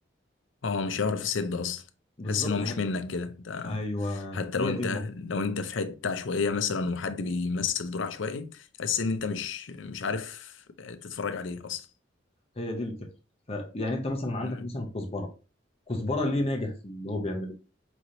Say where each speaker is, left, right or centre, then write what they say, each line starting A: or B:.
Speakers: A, on the left; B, on the left.
A: اه مش هيعرف يسد اصلا
B: بالظبط
A: تحس ان هو
B: يعني
A: مش منك كده انت
B: ايوه
A: حتى
B: هي
A: لو انت
B: دي النقطه
A: لو انت في حته عشوائيه مثلا وحد بيمثل دور عشوائي تحس ان انت مش مش عارف تتفرج عليه اصلا
B: هي دي الفكره ف... يعني انت مثلا عندك
A: امم
B: مثلا كزبره كزبره ليه ناجح في اللي هو بيعمله